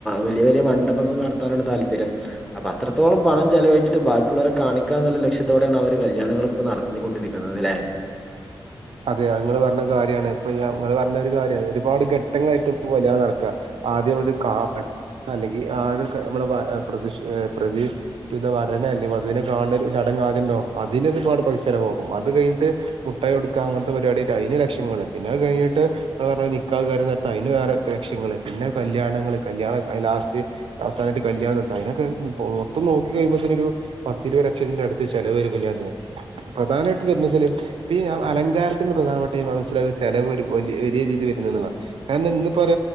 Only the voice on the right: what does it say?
അതെ ങ്ങള് പറഞ്ഞ കാര്യണ് ഇപ്പൊ ഞങ്ങള് പറഞ്ഞ ഒരു കാര്യ ഒരുപാട് ഘട്ടങ്ങളായിട്ട് കല്യാണം നടക്ക്യ ആദ്യം അത് കാപ്പെ അല്ലെങ്കിൽ ആര് മ്മള് വ പ്രതിശ പ്രതിരുധ വരനെ അല്ലെ വധുവിനെ കാണത് ശ ങ്ങാതിണ്ടോ അതിനൊരുപാട് പൈസലവാകും അത് കഴിഞ്ഞിട്ട് മുട്ടായി കൊട് ക്കാഅങ്ങനത്തെ പരിപാട്യായിട്ട് അതിന് ലക്ഷങ്ങള്പിന്നെ അത് കഴിഞ്ഞ്ട്ട് ങ്ങള്പറഞ്ഞ നിക്കാഹ് കാര്യ നാടത്താൻ അതിന് വേറെ ലക്ഷങ്ങള് ന്നെ കല്യാണങ്ങള് കല്യാ ലാസ്റ്റ് അവസാനായിട്ട് കല്യാണം നടത്താൻ അതിനൊക്ക മൊത്തം നോക്കി കഴിയുബോത്തിന് ഒരു പത്തി ഇരുപത് ലക്ഷത്തിന്റെ അടുത്ത് ചെലവ് വരും കല്യാണത്തിന് പ്രധാനമയിട്ട് വരുന്ന ച്ചാല് പി യ അലങ്കാരത്തിനുള്ള പ്രധാനപ്പെട്ട ഈ മനസ്സിലകുന്ന ചെലവ് വരും വലിയ രീതി വര്ന്ന്ന്ന്നുള്ളാ കാരണം ഇന്ന് പോര